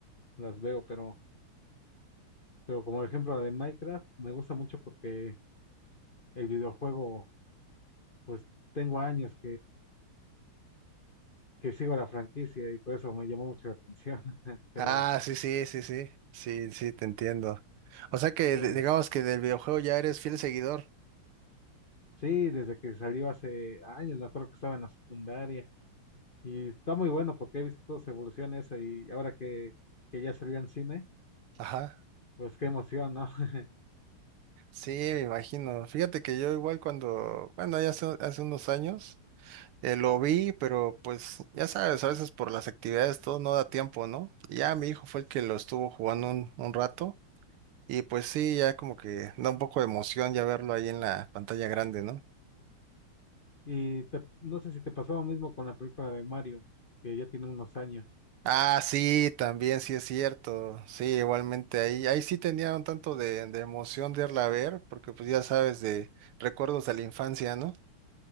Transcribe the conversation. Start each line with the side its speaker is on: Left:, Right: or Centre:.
Left: las veo, pero, pero como por ejemplo la de Minecraft, me gusta mucho porque el videojuego, pues tengo años que sigo la franquicia y por eso me llamó mucho la atención. <laughs> Pero,
Right: Ah, sí, sí, sí, sí. Sí, sí, te entiendo. O sea que
Left: pero
Right: de- digamos que del videojuego ya eres fiel seguidor.
Left: sí, desde que salió hace años, me acuerdo que estaba en la secundaria. Y está muy bueno porque he visto toda su evolución esa y ahora que, que ya salió en cine,
Right: Ajá.
Left: pues qué emoción, ¿no? <laughs>
Right: Sí, me imagino. Fíjate que yo igual cuando, bueno, ya hace, hace unos años. Eh, lo vi, pero pues ya sabes, a veces por las actividades todo no da tiempo, ¿no? Y ya mi hijo fue el que lo estuvo jugando un, un rato y pues sí, ya como que da un poco de emoción ya verlo ahí en la pantalla grande, ¿no?
Left: Y te- no sé si te pasó lo mismo con la película de Mario, que ya tiene unos años.
Right: Ah, sí, también sí es cierto, sí, igualmente ahí, ahí sí tenía un tanto de, de emoción de irla a ver, porque pues ya sabes, de recuerdos de la infancia, ¿no?